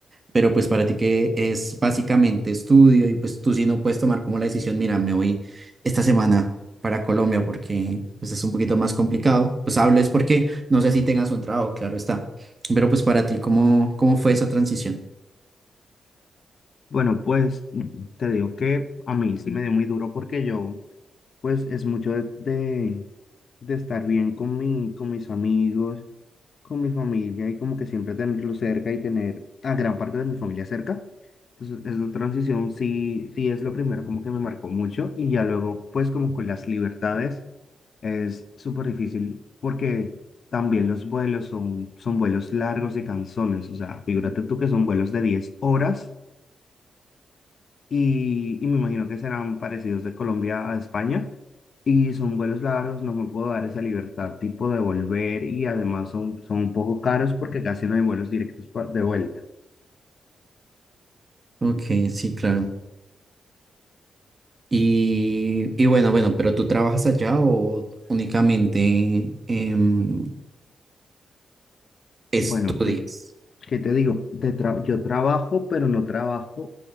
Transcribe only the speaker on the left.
Bueno, pues te digo que a mí sí me dio muy duro porque yo pues es mucho de, de, de estar bien con mi, con mis amigos, con mi familia y como que siempre tenerlo cerca y tener a gran parte de mi familia cerca. Entonces, esta transición sí, sí es lo primero como que me marcó mucho y ya luego, pues como con las libertades, es súper difícil porque también los vuelos son, son vuelos largos y cansones. O sea, figúrate tú que son vuelos de 10 horas y, y me imagino que serán parecidos de Colombia a España. Y son vuelos largos, no me puedo dar esa libertad tipo de volver y además son, son un poco caros porque casi no hay vuelos directos pa- de vuelta.
Bueno, ¿qué, qué te digo? Te tra- yo trabajo, pero no trabajo